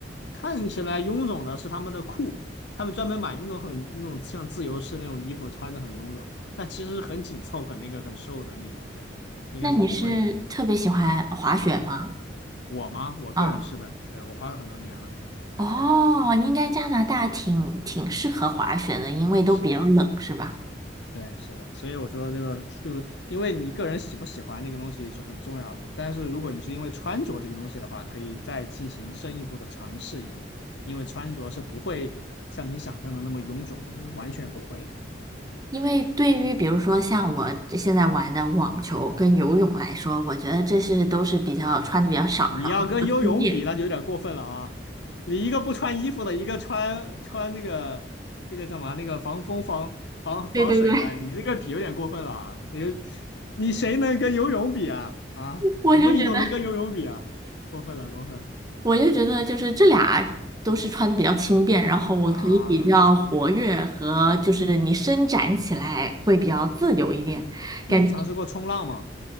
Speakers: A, on the left (about 70°); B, on the right (about 20°).
A: 看起来臃肿的是他们的裤，他们专门买那种很那种像自由式那种衣服，穿的很臃肿，但其实是很紧凑、很那个很瘦的那种，对，应该是不会的。
B: 那你是特别喜欢滑雪吗？
A: 我吗？我个人是的，
B: 嗯，
A: 对，我花了很多年了，对，
B: 哦，应该加拿大挺挺适合滑雪的，因为都比较冷，
A: 是的，
B: 是吧？
A: 对，是的，所以我说这个就因为你个人喜不喜欢那个东西是很重要的，但是如果你是因为穿着这个东西的话，可以再进行深一步的尝试一下，因为穿着是不会像你想象的那么臃肿，完全不会。
B: 因为对于比如说像我现在玩的网球跟游泳来说，我觉得这是都是比较穿的比较少，
A: 你要跟游泳比，
B: 然后轻便。
A: 那就有点过分了啊！你一个不穿衣服的，一个穿穿那个那个叫什么那个防风防防防水的，
B: 对对对。
A: 你这个比有点过分了啊！你你谁能跟游泳比啊？啊，
B: 我就觉得，
A: 什么运动能跟游泳比啊？过分了，过分了
B: 我就觉得，就是这俩都是穿的比较轻便，然后我可以比较活跃和就是你伸展起来会比较自由一点，
A: 啊！那你尝试过冲浪吗？
B: 感觉